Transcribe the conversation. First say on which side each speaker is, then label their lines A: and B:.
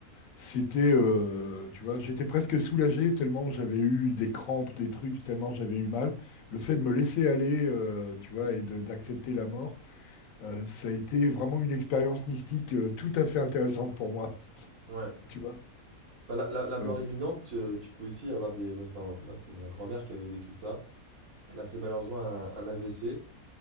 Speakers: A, on the left; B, on the right.
A: c'était, euh, tu vois, j'étais presque soulagé tellement j'avais eu des crampes, des trucs, tellement j'avais eu mal. Le fait de me laisser aller, euh, tu vois, et de- d'accepter la mort. Euh, ça a été vraiment une expérience mystique euh, tout à fait intéressante pour moi,
B: Ouais.
A: <laughs> tu vois.
B: Bah, la, la- la mort
A: Voilà.
B: imminente, tu, tu peux aussi avoir des. Enfin, moi, c'est ma grand-mère qui avait vécu ça. Elle a fait malheureusement un, un AVC